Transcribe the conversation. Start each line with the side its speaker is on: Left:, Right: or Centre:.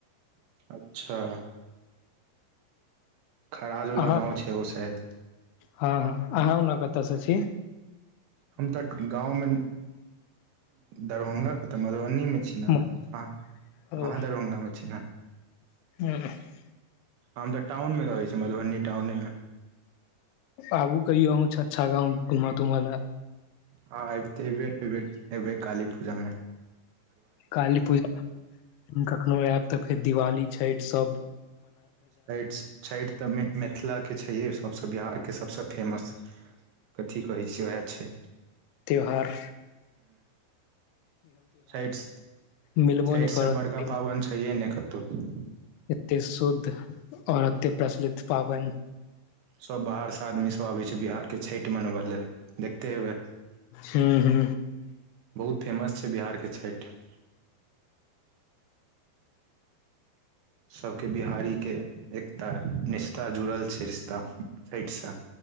Right: अच्छा। खराज वला
Left: अहाँ
Right: गाव छै एगो शायद
Left: हँ हँ अहाँ उन ने कतयसँ छी
Right: हम त गाव मे दरभंगा के त मधुबनी मे छी ह
Left: म-
Right: ह
Left: ओ
Right: दर दरभगामे छै ने
Left: <unintelligible>
Right: हम तऽ टाउनमे रहैय छी मधुबनी टाउने मे
Left: आगु कहियो अहु अच्छा घुम तुम लए
Right: ह अबते एहि बेर एहि बेर अबै काली पूजामे
Left: काली पूजा कखनोहु आयब तऽ फेर दिवाली छठि सभ।
Right: छठि छठि तऽ मिथिला के छैहे सभसँ बिहार के सभसँ फेमस कथी कहै छियै उएह छैय।
Left: त्यौहार।
Right: छठि
Left: मिलबो
Right: छठिसँ
Left: नहि करत
Right: बड़का पाबनि छैहे नहि कतहूँ
Left: एते शुद्ध और एते प्रचलित। पाबनि
Right: सभ बाहर से आदमी सभ आबै छै बिहार के छठि मनबै लेल देखते हेबए
Left: हू हू
Right: बहुत फेमस छै बिहारके छठि। सभके बिहारी के एकटा रिश्ता जुड़ल छै रिश्ता छठिसँ